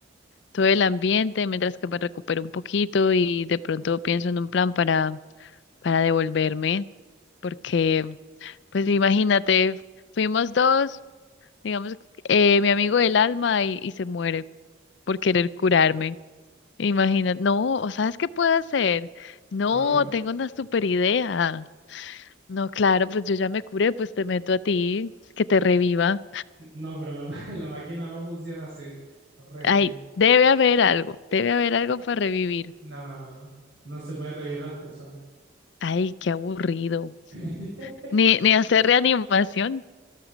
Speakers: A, on the left; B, on the right.
A: todo el ambiente mientras que me recupero un poquito y de pronto pienso en un plan para, para devolverme, porque pues imagínate, fuimos dos, digamos, eh, mi amigo del alma y y se muere por querer curarme. Imagina, no, o sabes qué puedo hacer. No,
B: A ver.
A: tengo una super idea. No, claro, pues yo ya me curé, pues te meto a ti, que te reviva.
B: No, pero la, ma- <laughs> la máquina no funciona así. No revive.
A: Ay, debe haber algo, debe haber algo para revivir.
B: No, no, no, no. No se pueden revivir las personas.
A: Ay, qué aburrido.
B: <laughs>
A: Ni, ni hacer reanimación.